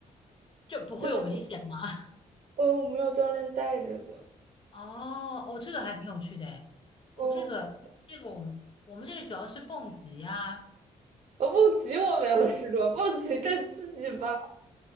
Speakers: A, on the left (about 40°); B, on the right (about 60°).
A: 这不会有危险吗？
B: 真的很。
A: <laughs>
B: 嗯，我没有教练带着的。
A: 哦哦，这个还挺有趣的诶。哦，
B: 哦，
A: 这个这个我们我们这里主要是蹦极啊，
B: 呃，蹦极我没有试过，蹦极更刺激吧？